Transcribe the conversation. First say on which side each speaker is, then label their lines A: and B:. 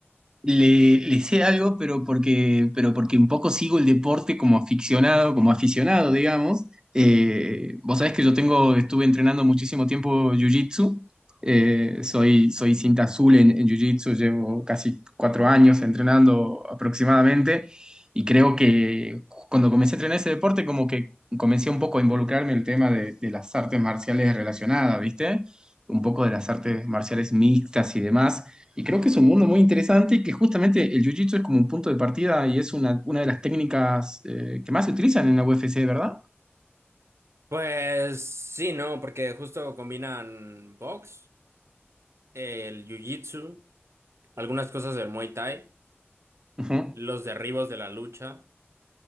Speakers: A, on the right; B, on the right.
A: Le, le sé algo, pero porque, pero porque un poco sigo el deporte como aficionado, como aficionado, digamos. Eh, vos sabés que yo tengo, estuve entrenando muchísimo tiempo Jiu-Jitsu. Eh, soy, soy cinta azul en, en Jiu-Jitsu, llevo casi cuatro años entrenando aproximadamente. Y creo que cuando comencé a entrenar ese deporte, como que comencé un poco a involucrarme en el tema de, de las artes marciales relacionadas, ¿viste? Un poco de las artes marciales mixtas y demás y creo que es un mundo muy interesante y que justamente el jiu-jitsu es como un punto de partida y es una, una de las técnicas eh, que más se utilizan en la UFC, ¿verdad?
B: Pues sí, no, porque justo combinan box, el jiu-jitsu, algunas cosas del Muay Thai,
A: Ujú.
B: los derribos de la lucha